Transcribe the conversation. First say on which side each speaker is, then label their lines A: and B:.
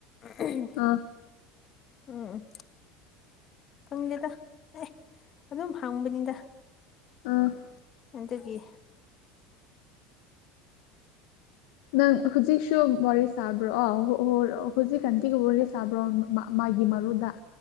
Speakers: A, on the left; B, on the left.
A: ꯑꯍꯝ
B: ꯑꯥ
A: ꯎꯝ ꯈꯪꯗꯦꯗ ꯑꯦ ꯑꯗꯨꯝ ꯍꯪꯕꯅꯤꯗ
B: ꯎꯝ
A: ꯑꯗꯨꯒꯤ
B: ꯅꯪ ꯍꯨꯖꯤꯛꯁꯨꯨ ꯋꯥꯔꯤ ꯁꯥꯕ꯭ꯔꯣ ꯑ ꯍ ꯍꯧꯖꯤꯛꯀꯥꯟꯇꯤꯒ ꯋꯥꯔꯤ ꯁꯥꯕ꯭ꯔꯣ ꯃꯥ ꯃꯥꯒꯤ ꯃꯔꯨꯗ